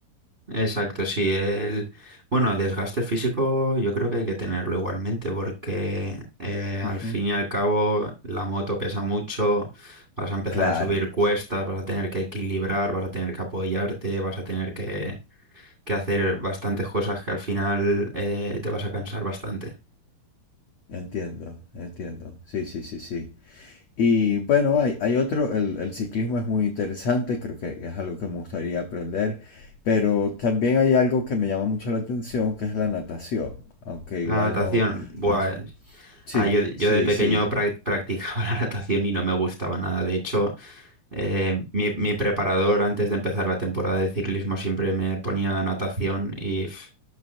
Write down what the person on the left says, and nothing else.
Ujú.
Claro,
entiendo, entiendo. Sí, sí, sí, sí. Y bueno, hay, hay otro, el, el ciclismo es muy interesante, creo que es algo que me gustaría aprender, pero también hay algo que me llama mucho la atención, que es la natación, aunque
igual
no,
no,
sí,
sí,
sí,